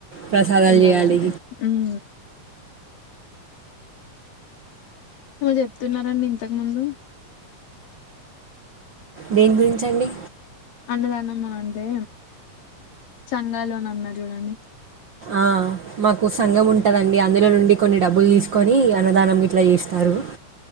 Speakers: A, on the right (about 60°); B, on the left (about 85°).
A: ప్రసాదాలు
B: ఎల్లాలంటే
A: చేయాలి
B: హుం ఏమో చెప్తున్నారండి ఇంతకు ముందు?
A: దేని గురించండి?
B: అన్నదానమా అంటే సంఘలోనన్నారు చూడండి.
A: ఆ మాకు సంఘం ఉంటదండి, అందులో నుండి కొన్ని డబ్బులు తీసుకొని అన్నదానం గిట్లా చేస్తారు.